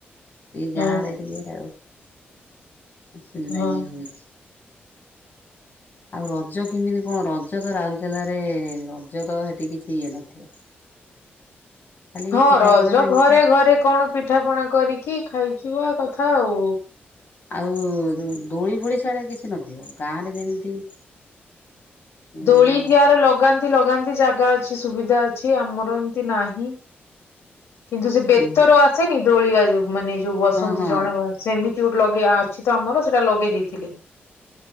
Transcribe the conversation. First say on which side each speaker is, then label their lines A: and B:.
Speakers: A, on the left; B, on the left.
A: ଟିକେ ଗାଁରେ
B: ହଁ
A: ଇଏରେ ଆଉ ଅସୁବିଧା
B: ହଁ ହଁ।
A: ଇଏ ହଉଛି। ଆଉ ରଜ କେମିତି କଣ ରଜ ତ ରାଉରକେଲାରେ ରଜ ତ ସେଠି କିଛି ଇଏ ନଥିବ। ଖାଲି
B: ହଁ
A: ପିଠାପଣା
B: ରଜ
A: ଏମିତି
B: ଘରେ ଘରେ କଣ ପିଠା ପଣା କରିକି ଖାଇଥିବା କଥା ଆଉ।
A: ଆଉ ଦୋଳି ଭୋଳି ସେଆଡେ କିଛି ନଥିବ। ଗାଁରେ ଯେମିତି
B: ଦୋଳି
A: ଆମର
B: ଜାଆର ଲଗାନ୍ତି ଲଗାନ୍ତି ଜାଗା ଅଛି ସୁବିଧା ଅଛି ଆମର ଏମତି ନାହିଁ। କିନ୍ତୁ ସେ ବେତର
A: ଉଁ
B: ଆସେନି ଦୋଳିଆ ମାନେ ଯୋଉ ବସନ୍ତି
A: ହଁ ହଁ
B: ଜଣେ ସେମିତି। ଲଗେଇ ଅଛି ତ ଆମର ସେଇଟା ଲଗେଇ ଦେଇଥିଲେ।